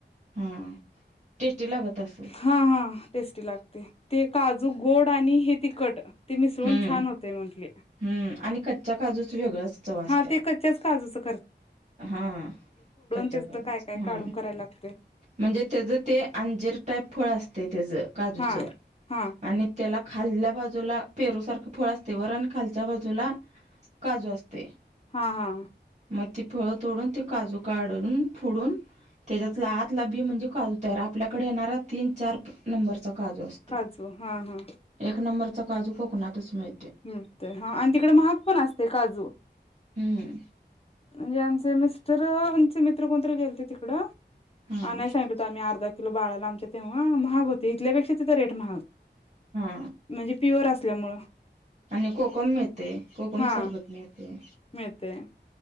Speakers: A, on the right; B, on the left.
A: हां टेस्टी लागत असंल
B: हा हा टेस्टी लागते ते काजू गोड आणि हे तिखट ते मिसळून
A: हम्म
B: छान होतय म्हंटले
A: हम्म आणि कच्च्या काजूच वेगळंच चव असते
B: हा ते कच्च्याच काजूचं.
A: हा कच्च्या
B: त्याच
A: काजुचं
B: काय काय
A: हा.
B: काढून करायला लागतय.
A: म्हणजे त्याज ते अंजीर टाईप फळ असतय त्याज काजूचं.
B: हा हा
A: आणि त्याला खाल्ल्या बाजूला पेरूसारखं फळ अस वर आणि खालच्या बाजूला काजू असतयं
B: हा हा
A: म ती फळ तोडून ते काजू काढून फोडून त्याज्यातला आत त्यातला बी म्हणजे काजू तयार आपल्याकडे येणारा तीन चार नंबर. चा काजू असतोय
B: काजू हा हा
A: एक नंबरचा काजू कोकणातच मिळ
B: पण हा आणि तिकडं महाग पण असतय काजू
A: हम्म.
B: म्हणजे आमचे मिस्टर आमचे मित्र कोणतरी गेलते तिकडं
A: हा
B: आणाय सांगितलं होतं आम्ही अर्धा किलो बाळाला आमच्या तेव्हा महाग होते इथल्यापेक्षा तिथं रेट महाग.
A: हा.
B: म्हणजे प्युअर असल्यामुळं.
A: आणि कोकम मिळतयं कोकम
B: हा
A: सरबत मिळतयं.
B: मिळतय